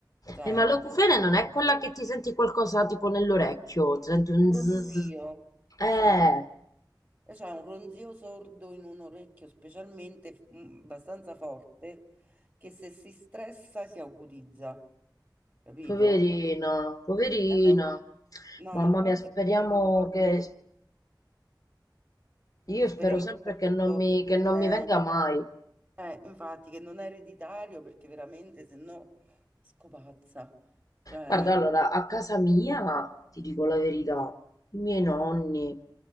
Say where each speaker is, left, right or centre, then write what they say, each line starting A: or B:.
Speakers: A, on the right; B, on the left.
A: Cioè,
B: Eh, ma l'acufene non è
A: eh,
B: quella che ti senti qualcosa tipo nell'orecchio, ti senti un
A: ronzio,
B: zzz. Eh,
A: esatto. E C'è un ronzio sordo in un orecchio specialmente mm, abbastanza forte che se si stressa si acutizza, capito?
B: poverina, poverina.
A: Eh, ma- no,
B: Mamma
A: ma infatti
B: mia, speriamo
A: è peccato proprio.
B: che... Io
A: Speriamo
B: spero sempre
A: soprattutto
B: che non mi, che
A: che
B: non
A: non è,
B: mi venga mai.
A: eh, infatti, che non è ereditario perché veramente se no scopazza. Cioè,
B: Guarda, allora, a casa mia, ti dico la verità, i miei nonni